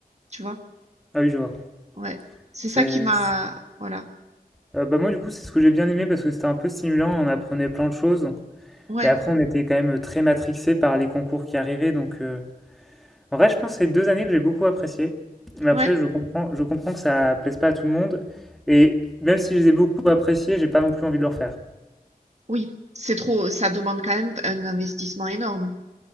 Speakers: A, on the right; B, in the centre.
A: Tu vois?
B: Ah oui, je vois.
A: Ouais. C'est
B: C'est...
A: ça qui m'a, voilà.
B: Euh, bah moi, du coup, c'est ce que j'ai bien aimé parce que c'était un peu stimulant. On apprenait plein de choses.
A: Ouais.
B: Et après, on était quand même très matrixé par les concours qui arrivaient. Donc, euh, En vrai, je pense que c'est deux années que j'ai beaucoup appréciées. Mais après,
A: Ouais.
B: je comprends, je comprends que ça plaise pas à tout le monde. Et même si je les ai beaucoup appréciées, j'ai pas non plus envie de le refaire.
A: Oui. C'est trop, ça demande quand même un investissement énorme.